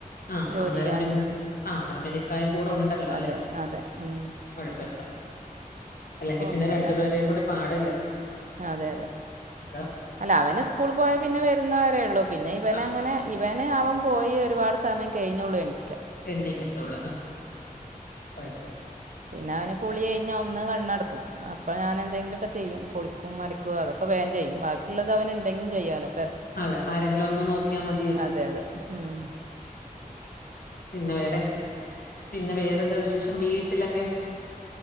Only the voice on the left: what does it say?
ആഹ്
അന്നേരം
പിന്നെ ആ അന്നേരം പിന്നെ ഇക്കായും കൂടെ ഉണ്ടല്ലോ
അല്ലേ
കുഴപ്പമില്ല അല്ലെങ്കി
പിന്നെ രണ്ടു പേരേും കൂടെ പാടല്ലേ
എന്താ
ആ
എണ്ണിക്കത്തുള്ളൂ ആ കുഴപ്പല്ല
അതെ ആരെങ്കിലും ഒന്ന് നോക്കിയാ മതിയല്ലോ
പിന്നെ വേറെ പിന്നെ വേറെന്താ വിശേഷം വീട്ടിലൊക്കെ